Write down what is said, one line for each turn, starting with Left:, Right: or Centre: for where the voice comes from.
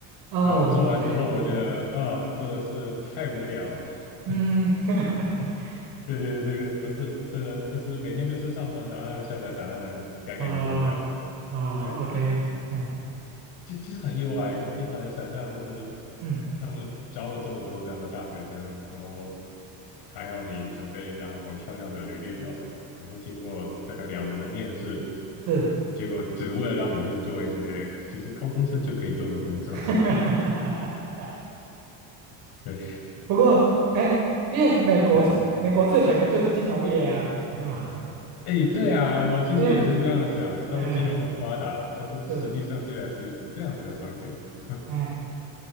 Right: 哦，OK，
Left: 呃，做完之后，我觉得啊，
Right: 嗯
Left: 这真的是太无聊了。
Right: 嗯，
Left: <laughs>
Right: <laughs>
Left: 对对，对，这个不是的，这就是每天就是上传答案、下载答案、改改名就这样。
Right: 哦哦，OK，
Left: 对，这
Right: 嗯
Left: 这其实很意外，你很难想象，就是
Right: 嗯，
Left: 他们招了这么多这样的大学生，然后还要你准备一张很漂亮的履历表什么，然后经过大概两轮的面试，
Right: 是，
Left: 结果只是为了让你去做一些其实高中生就可以做的工作。
Right: <laughs>
Left: <laughs> 对，
Right: 不过哎，因为美国是美国最强的就是金融业啊，
Left: 哎
Right: <laughs>
Left: 哎，对啊，我其实也是这样想，
Right: 因为
Left: 他们金融很发达，
Right: 哎，
Left: 但是实际上竟然是这样子的场景。
Right: 是，
Left: <laughs>
Right: 哎。